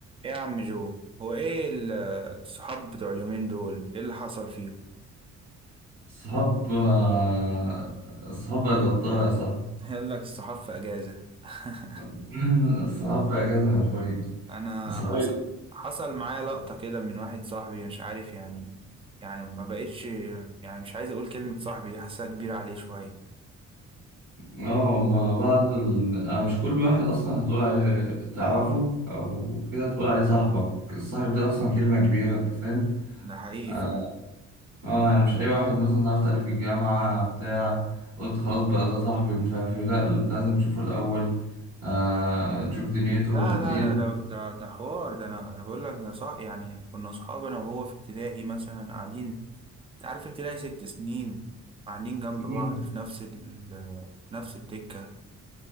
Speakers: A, on the right; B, on the right.
A: ايه يا عم جو هو ايه ال- الصحاب بتوع اليومين دول ايه اللي حصل فيهم
B: صحاب آه، صحاب بقت غطاها يا صاحبي
A: قال لك الصحاب في اجازة <laughs>
B: <laughs> الصحاب في اجازه حرفيا
A: انا
B: صحابي
A: حصل حصل معايا لقطة كده من واحد صاحبي مش عارف يعني يعني ما بقتش يعني مش عايز اقول كلمة صاحبي دي حاسسها كبيرة عليه شوية
B: اه مع بعض ال... أنا مش كل واحد اصلا هتقول عليه تعرفه او كده تقول عليه صاحبك الصاحب ده اصلا كلمه كبيره انت فاهم
A: ده حقيقي
B: اه
A: فعلا
B: آه، يعني مش اي واحد مثلا اتعرفت عليه في الجامعة بتاع قلت خلاص بقى ده صاحبي ومش عارف ايه لا انت لازم تشوفه الاول آه تشوف دنيته
A: لا لا
B: يل-
A: لا ده ده ده حوار ده انا أنا بقول لك ده صح يعني كنا صحاب انا وهو في ابتدائي مثلا قاعدين انت عارف ابتدائي ست سنين قاعدين جنب بعض
B: مم،
A: في نفس ال نفس الدكة